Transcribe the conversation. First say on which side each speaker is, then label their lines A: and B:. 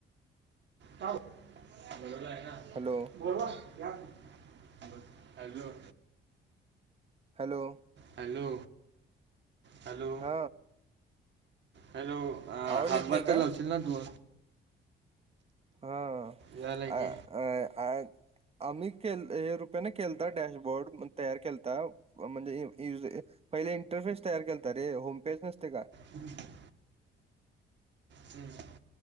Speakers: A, on the right; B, on the right.
A: बरोबर आहे ना.
B: हॅलो.
A: बोलवा हो या मग, हॅलो.
B: हॅलो.
A: हॅलो हॅलो
B: हा
A: हॅलो हा
B: आवाज
A: हातभात
B: येत नाही
A: तर
B: का?
A: लावशील ना तू
B: हा
A: यायला की
B: अ अ अ आम्ही केलत हे रुपयाने केलत डॅशबोर्ड म्हणुन तयार केलता म्हणजे य <unintelligible> पहिले इंटरफेस तयार केलत रे होम पेज नसते का
A: हम् <unintelligible> ते <unintelligible>